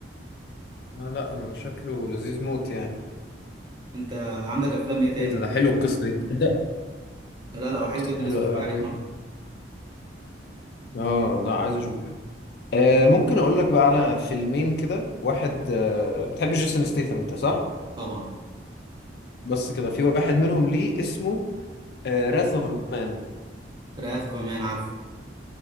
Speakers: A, on the left; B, on the right.
A: لا لا هو شكله لذيذ موت يعني
B: انت عندك افلام ايه تاني
A: ايه ده ده حلو القصة دي ده
B: لا لا هو
A: القصة
B: حلو جدا
A: دي
B: لازم
A: حلوة
B: تتفرج
A: قوي عجبتني
B: عليه في مره
A: اه لا عايز اشوف آه ممكن اقول لك بقى على فيلمين كده واحد آه بتحب جيسون ستيثم انت صح
B: طبعا
A: بس كده في واحد منهم ليه اسمه راث اوف مان
B: وراث اوف مان عارفه